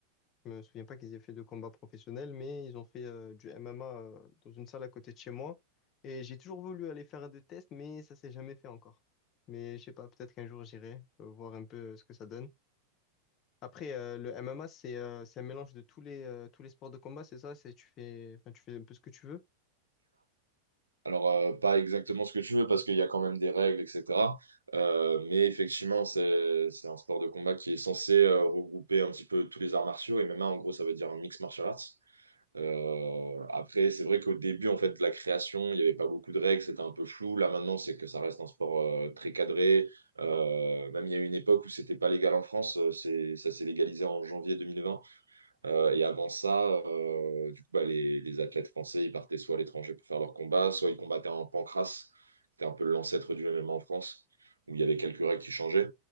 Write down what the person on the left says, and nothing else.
Je me souviens pas qu'ils aient fait de combat professionnel, mais ils ont fait euh, du MMA euh, dans une salle à côté de chez moi. Et j'ai toujours voulu aller faire des tests, mais ça s'est jamais fait encore. Mais je sais pas, peut-être qu'un jour j'irai euh, voir un peu euh, ce que ça donne. Après, euh, le MMA, c'est euh, c'est un mélange de tous les, euh, tous les sports de combat, c'est ça? C'est, tu fais, enfin, tu fais un peu ce que tu veux.